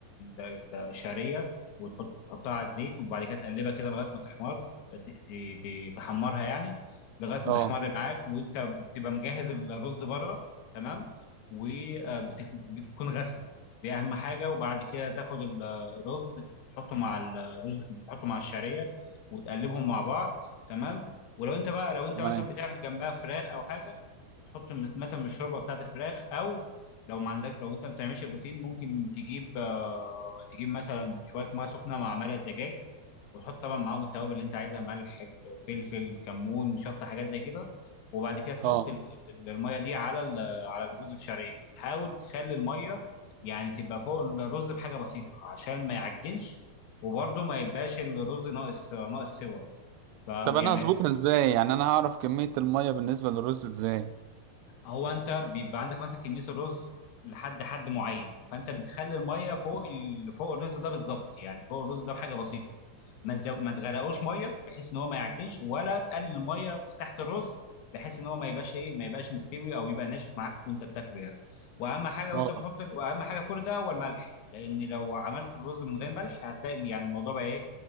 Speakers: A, on the left (about 80°); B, on the right (about 85°).
A: ال- الشعريه وتحط تحطها على الزيت وبعد كده تقلبها كده لغايه ما تحمر ت- ت- ت- تحمرها يعني لغايه ما
B: اه
A: تحمر معاك وانت بتبقى مجهز الرز بره تمام وبتكون غسله دي اهم حاجه وبعد كده تاخد ال- الرز تحطه مع الرز تحطه مع الشعريه وتقلبهم مع بعض تمام ولو انت بقى لو انت
B: تمام
A: مثلا بتعمل جنبها فراخ او حاجه تحط م- مثلا من الشوربه بتاعت الفراخ او لو ما عندك لو انت ما بتعملش بروتين ممكن تجيب آه، تجيب مثلا شويه ميه سخنه مع مرق الدجاج وتحط طبعا معاهم التوابل اللي انت عايزها ملح ف- فلفل كمون شطه حاجات زي كده وبعد كده تحط
B: اه
A: ال- ال- الميه دي على ال- على الرز بشعريه تحاول تخلي الميه يعني تبقى فوق الرز بحاجه بسيطه عشان ما يعجنش وبرده ما يبقاش الرز ناقص ناقص سوا فيعني
B: طب انا هظبطها ازاي يعني انا هعرف كمية المية بالنسبة للرز ازاي
A: هو انت بيبقى عندك مثلا كميه الرز لحد حد معين فانت بتخلي الميه فوق ال... فوق الرز ده بالظبط يعني فوق الرز ده بحاجه بسيطه ما تزو... ما تغرقوش ميه بحيث ان هو ما يعجنش ولا تقلل الميه في تحت الرز بحيث ان هو ما يبقاش ايه ما يبقاش مستوي او يبقى ناشف معاك وانت بتاكله يعني واهم حاجه
B: اه
A: وانت بتحط ال... واهم حاجه في كل ده هو الملح لان لو عملت الرز من غير ملح هتلاقي يعني الموضوع بقى ايه